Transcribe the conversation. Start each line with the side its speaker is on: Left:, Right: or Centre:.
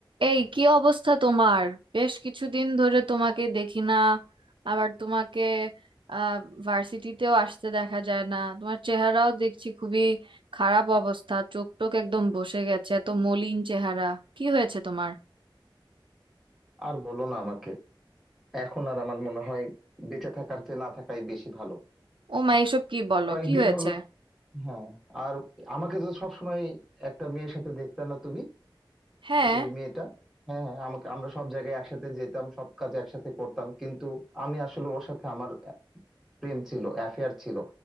Right: এই কি অবস্থা তোমার বেশ কিছুদিন ধরে তোমাকে দেখি না আবার তোমাকে আহ ভার্সিটিতেও আসতে দেখা যায় না তোমার চেহারাও দেখছি খুবই খারাপ অবস্থা চোখ টোক একদম বসে গেছে এত মলিন চেহারা কি হয়েছে তোমার
Centre: আর বলো না আমাকে এখন আর আমার মনে হয় বেঁচে থাকার চেয়ে না থাকাই বেশি ভালো
Right: ও মা এসব কি বলো
Centre: কয়েকদিন
Right: কি হয়েছে
Centre: হলো হ্যাঁ আর আমাকে তো সবসময় একটা মেয়ের সাথে দেখতা না তুমি
Right: হ্যাঁ
Centre: এই মেয়েটা হ্যাঁ হ্যাঁ আমাকে আমরা সব জায়গায় একসাথে যেতাম সব কাজ একসাথে করতাম কিন্তু আমি আসলে ওর সাথে আমার প্রেম ছিল অ্যাফেয়ার ছিল